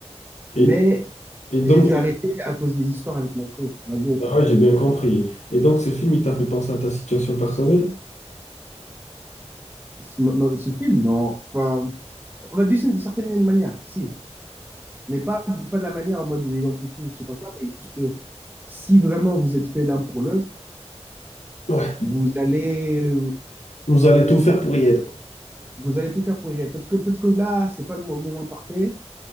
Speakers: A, on the left (about 80°); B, on the right (about 15°).
A: Et,
B: Mais
A: et donc,
B: j'ai dû
A: c'est-
B: arrêter à cause des histoires avec Marco, Margot,
A: ah
B: tu vois.
A: ouais, j'ai bien compris. Et donc, ce film, il t'a fait penser à ta situation personnelle?
B: Ce, ma- ma- ce film, non. Enfin, on va dire d'une certaine manière, si. Mais pas, pas de la manière en mode j'ai eu un coup de foudre, je sais pas quoi, mais juste euh, si vraiment vous êtes fait l'un pour l'autre,
A: Ouais.
B: vous allez,
A: Vous allez tout faire pour y être, quoi.
B: vous allez tout faire pour y être. Peut-être que, peut-être que là, c'est pas le mo- moment parfait,